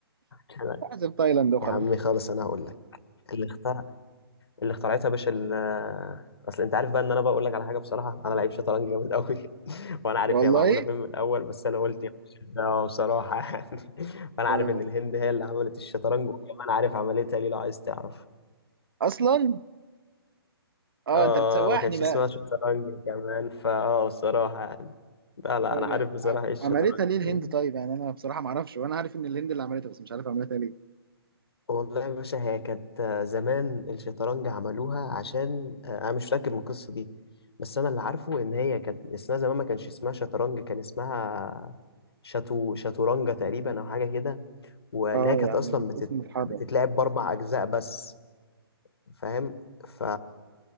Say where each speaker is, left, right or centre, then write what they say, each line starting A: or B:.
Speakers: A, on the left; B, on the right.
A: أنا-
B: احذف تايلاند وخلاص
A: يا عم خلاص انا هقول لك اللي اخترع اللي اخترعتها يا باشا ال- اصل انت عارف بقى ان انا بقول لك على حاجه بصراحه انا لعيب شطرنج جامد قوي <laughs> وانا عارف
B: والله
A: هي معموله فين من الاول بس انا قلت يا باشا ده بصراحه <laughs> يعني فانا عارف
B: آه،
A: ان الهند هي اللي عملت الشطرنج وكمان عارف عملتها ليه لو عايز تعرف
B: اصلا اه
A: اه
B: انت بتسوحني
A: ما كانش
B: بقى
A: اسمها شطرنج كمان فاه بصراحة يعني لا لا
B: طيب
A: انا عارف
B: يعني
A: بصراحة
B: ع-
A: ايه الشطرنج
B: عملتها ليه الهند
A: و-
B: طيب يعني انا بصراحه ما اعرفش وانا عارف ان الهند اللي عملتها بس مش عارف عملتها ليه
A: والله يا باشا هي كانت آه، زمان الشطرنج عملوها عشان آه، انا مش متأكد من القصة دي بس انا اللي عارفه ان هي كانت اسمها زمان ما كانش اسمها شطرنج كان اسمها شاتو شاتورانجا تقريبا او حاجة كده وان
B: اه
A: هي كانت
B: يعني
A: اصلا
B: الاسم
A: بتت...
B: اتحرك
A: بتتلعب باربع اجزاء بس فاهم ف